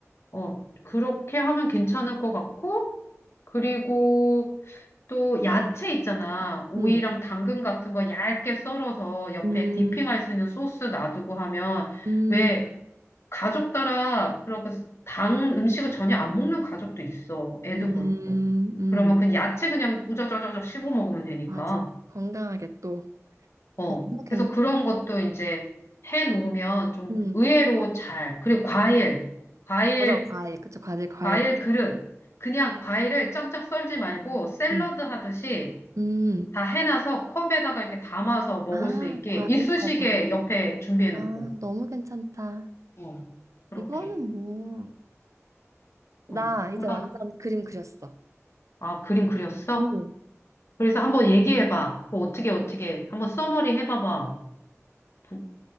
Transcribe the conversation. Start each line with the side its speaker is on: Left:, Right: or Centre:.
Left: 어. 그렇게 하면 괜찮을 것 같고, 그리고, 또 야채 있잖아. 오이랑
Right: 음,
Left: 당근 같은 거 얇게 썰어서 옆에
Right: 음,
Left: 디핑할 수 있는 소스 놔두고 하면
Right: 음,
Left: 왜 가족 따라 그렇게 당 음식을 전혀 안 먹는 가족도 있어. 애도
Right: 음,
Left: 그렇고.
Right: 음.
Left: 그러면 그 야채 그냥 우저저저저 씹어 먹으면 되니까.
Right: 맞아. 건강하게 또.
Left: 어.
Right: 너무 괜찮.
Left: 그래서 그런 것도 이제 해 놓으면 좀
Right: 음,
Left: 의외로 잘. 그리고 과일. 과일,
Right: 맞아, 과일. 그쵸, 과일, 과일.
Left: 과일 그릇. 그냥 과일을 짱짱 썰지 말고 샐러드
Right: 음.
Left: 하듯이
Right: 음.
Left: 다 해놔서 컵에다가 이렇게 담아서 먹을
Right: 아,
Left: 수 있게
Right: 과일컵으로.
Left: 이쑤시개 옆에 준비해놓고,
Right: 아, 너무 괜찮다.
Left: 어, 그렇게.
Right: 이거는 뭐, 음. 나
Left: 어,
Right: 이제
Left: 그럼,
Right: 완전 그림 그렸어.
Left: 아, 그림 그렸어?
Right: 음.
Left: 그래서 한번 얘기해봐. 뭐 어떻게, 어떻게. 한번 써머리 해봐봐. 부-